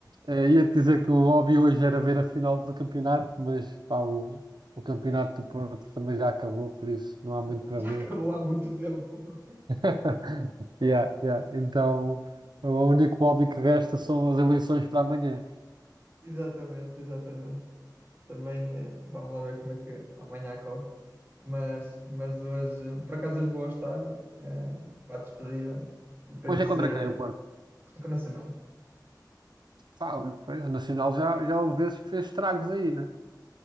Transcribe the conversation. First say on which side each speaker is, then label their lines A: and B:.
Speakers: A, on the right; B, on the right.
A: eh, ia-te dizer que o hobby hoje era ver a final do campeonato, mas pá, o, o campeonato do Porto também já acabou, por isso não há
B: Já,
A: muito para
B: já
A: ver.
B: acabou há muito tempo. <laughs>
A: <laughs> Yeah, yeah. Então, o único hobby que resta são as eleições para amanhã.
B: Exatamente, exatamente. Também eh, vamos lá ver como é que amanhã corre. Mas, mas hoje, eh, por acaso, hoje vou ao estádio eh, para a despedida e para
A: Hoje
B: lhes dizer
A: é contra quem
B: eh,
A: o Porto?
B: é com o Nacional.
A: Pá, pois, o Nacional já, já houve vezes que fez estragos aí, né?